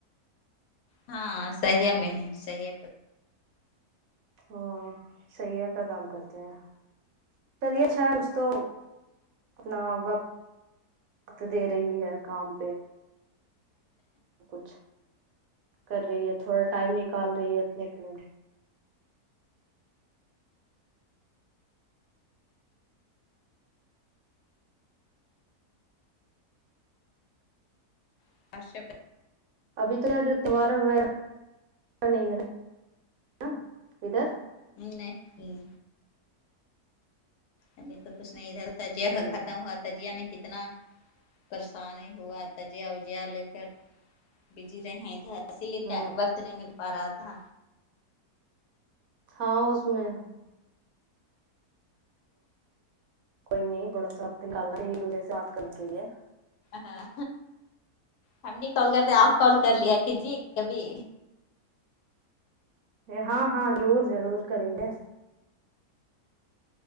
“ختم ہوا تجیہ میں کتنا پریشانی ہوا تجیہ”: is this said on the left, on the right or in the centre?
Left